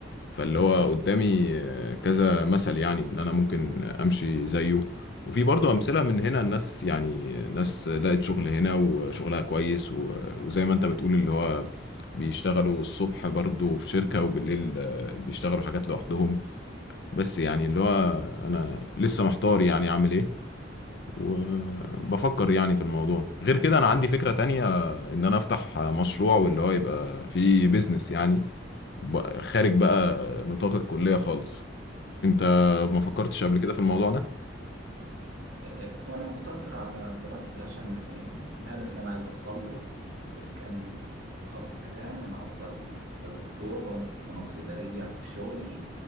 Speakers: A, on the left (about 55°); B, on the right (about 80°).
A: فاللي هو قدامي آه، كذا مثل يعني ان انا ممكن امشي زيه وفي برضه امثله من هنا الناس يعني ناس لقت شغل هنا وشغلها كويس و- وزي ما انت بتقول اللي هو بيشتغلوا الصبح برضه في شركه وبالليل آه، بيشتغلوا حاجات لوحدهم بس يعني اللي هو انا لسه محتار يعني اعمل ايه وبفكر يعني في الموضوع غير كده انا عندي فكره تانية ان انا افتح مشروع واللي هو يبقى فيه بيزنس يعني بقى- خارج بقى نطاق الكلية خالص انت ما فكرتش
B: اه
A: قبل كده في الموضوع ده
B: آه، آه، هو أنا مقتصر على دراستي عشان آه، الهدف اللي أنا عايز أوصل له آه، كان في التخصص بتاعي إن أنا أوصل أستاذ دكتور وأمسك مناصب إدارية في شغلي